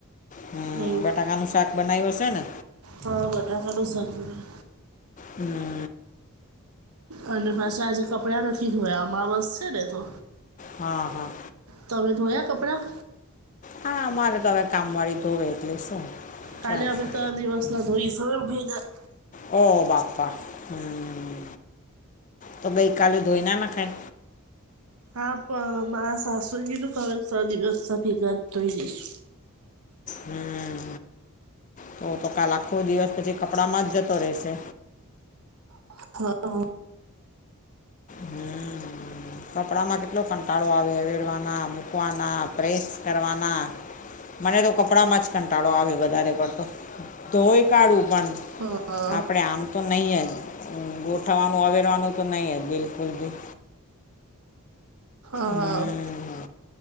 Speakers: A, on the left; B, on the right.
A: હમ્મ,
B: ને એવું
A: બટાકાનું શાક બનાયું હશે ને?
B: હા બટાકાનું શાક બનાયું.
A: હમ્મ.
B: અને પાશા આજે કપડાં નથી ધોયા અમાવસ છે ને તો.
A: હા હા.
B: તમે ધોયાં કપડાં?
A: હા, અમારે તો અવે કામવાળી ધોવે એટલે શું?
B: કાલે
A: ચાલશે
B: અમે તો દિવસના ધોઈશ હવે ભેગાં
A: ઓહ બાપા! હમ્મ તો ગઈકાલે ધોઈ ના નખાય?
B: હા પણ મારા સાસુએ કીધું ત ત્રણ દિવસના ભેગાં જ ધોઈ દઈશ.
A: હમ્મ, તો તો કાલ આખો દિવસ પછી કપડાંમાં જ જતો રહેશે.
B: હ <unintelligible>
A: હમ્મ, કપડામાં કેટલો કંટાળો આવે વેરવાના મૂક વાના, પ્રેસ કરવાનાં. મને તો કપડાંમાં જ કંટાળો આવે વધારે પડતો ધોય કાઢું. પણ
B: હા
A: આપણેે આમ તો નય જ ગોઠવવાનું, અવેરવાનું તો નય જ બિલ કુલ બી.
B: હા
A: હમ